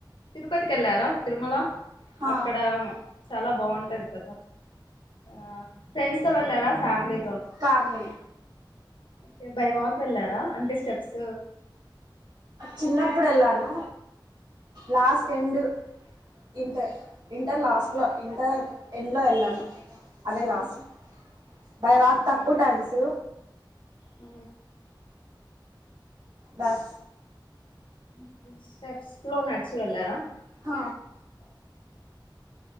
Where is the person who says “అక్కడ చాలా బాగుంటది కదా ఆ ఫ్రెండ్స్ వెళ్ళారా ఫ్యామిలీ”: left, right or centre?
Left